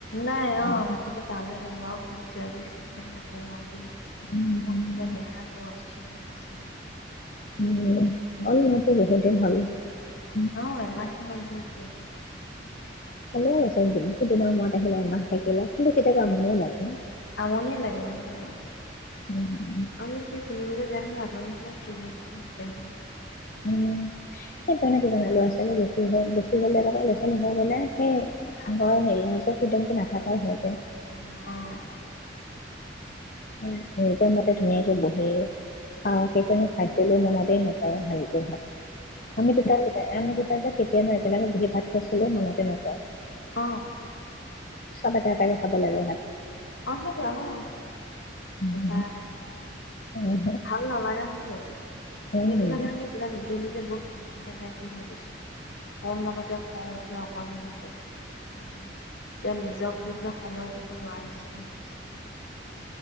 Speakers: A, on the left; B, on the left.
A: নাই অ
B: মানে
A: একেবাৰে তালে নাযাওঁ, লঘৰত নকওঁ আৰু দে
B: উম,
A: মোৰ
B: উম,
A: কিবা দেহা বৰ অস্থি কি হৈ গৈছিলে
B: উম', <unintelligible>
A: অ এমাহে হলহি <inaudible>
B: <unintelligible> দিনৰ মোৰত আহিলে এমাহ থাকিলে, কিন্তু কেতেয়াবা আমনিও লাগে।
A: আমনি লাগে, আমনি
B: উম,
A: আমি কি <unintelligible> বেয়া হ'লেও আগৰ <inaudible>
B: উম সেইকাৰণে কি জানা, লৰা ছোৱালী বেছি হ বেছি হ'লে মানে লৰা ছোৱালী হলে সে আগৰ হেৰি নিজৰ ফ্ৰীডম টো নাথাকাই হয় গে
A: অ
B: নিজৰ মতে ধুনীয়াকে বহ <unintelligible> খাও সেইকাৰনে খাইছিলো মনতেই নায়। তই ভালকে থাক। আমি দুটাই আমি কেতিয়ানো একেলগে বহি ভাত খাইছিলো মনতে নপৰে
A: অ',
B: চব এটা এটাকে খাব লাগে ভাত।
A: আহে যান। <unintelligible>
B: উম,
A: এটা এটাকে খাব লাগে
B: উম,
A: ভাল নালাগা হৈ যায় গে।
B: উম,
A: সেইটো কাৰণে মানে কিবা নি যে নিযে বৰ খিংখিঙীয়া টাইপৰ হৈ গৈছোঁ। অকনমানতে খং উঠে অকন <unintelligible> তেওঁ নিজক লৈ পেলাই সময় দিব নোৱাৰিছিলে ভাবিছে ন?